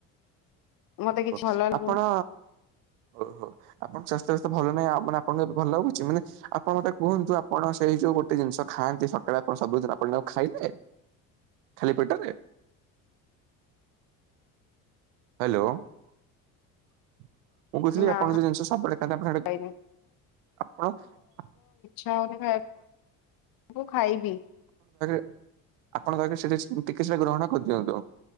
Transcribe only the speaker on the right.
କୁଅ
ଆପଣ ଓହୋ ଆପଣ ସ୍ବାସ୍ଥ୍ୟ । ଭଲ ନାହିଁ ଆ ମାନେ ଆପଣଙ୍କୁ ଏବେ ଭଲାଗୁଛି ମାନେ ଆପଣ ମତେ କୁହନ୍ତୁ ଆପଣ ସେଇ ଯୋଉ ଗୋଟେ ଜିନିଷ ଖାଆନ୍ତି ସକାଳେ । ଆପଣ ସବୁଦିନ ଆପଣ ତାକୁ ଖାଇଲେ ଖାଲି ପେଟରେ । ହ୍ୟାଲୋ । ମୁଁ କହୁଥିଲି
ଆପଣ ଯୋଉ ଜିନିଷ ସବୁବେଳେ ଖାଆନ୍ତି ଆପଣ
ସେଇଟା ଆପଣ ।
ଆପଣଙ୍କ ଆଗେ ସେଠି ଟିକେ ସେଟା ଗ୍ରହଣ କରି ଦିଅନ୍ତୁ ଆଉ ।